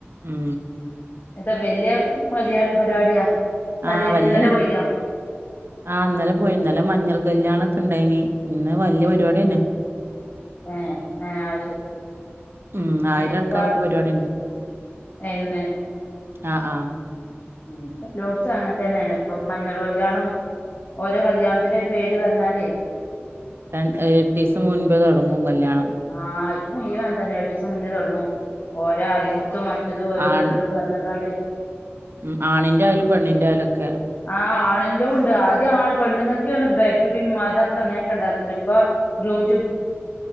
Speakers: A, on the right (about 60°); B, on the left (about 45°).
A: ഉം
B: എന്ത വല്യ മൊല്യാ പരിപാടിയാ? തലേന്ന്
A: ആഹ് വല്ല്യ
B: ഇന്നലെ
A: കൽ
B: പോയിനോ
A: ആഹ് ഇന്നലെ പോയി. ഇന്നലെ മഞ്ഞൾ കല്ല്യാണൊക്കെ ഇണ്ടായിനി. ഇന്ന് വലിയ പരിപാട്യെന്നെ.
B: ഏഹ് ഏഹ് ആഹ് ശരി.
A: ഉം ആയിരം
B: ഇപ്പ
A: ആൾക്കാരൊക്കെ പരിപാടി ണ്ട്.
B: ഇന്ന്
A: ആഹ് ആഹ്
B: ഉം. ഇപ്പല്ലോട്ത്തും അങ്ങനെ തന്നേണ്. ഇപ്പം മഞ്ഞൾ കല്യാണും ഓരോ കല്യാൺത്തിന്റൊക്കെ പേര് പർഞ്ഞാലേ
A: രൺ ഏ എട്ടീസം മുൻപ് തുടങ്ങും കല്യാണം.
B: ആഹ് ഇപ്പം മുയ്വൻ അങ്ങൻ തന്നെ. എട്ടീസം മുന്നേ തുടങ്ങും. ഓരോ ആരി കുത്തും മ റ്റത് ഓരോന്നോരോന്ന്
A: ആൺ
B: പർഞ്ക്കാണ്ടേ
A: ഉം ആണിന്റായാലും പെണ്ണിന്റെ ആയാലും ഒക്കെ
B: ആഹ് ആണിന്റെതും ണ്ട്. ആദ്യം ആണ് പെണ്ണുങ്ങക്കേണു ബ്രൈറ്റു ബിം അതൊക്കെ അങ്ങന്യൊക്കെ ണ്ടാക്കല്. ഇപ്പൊ ഗ്രൂം റ്റു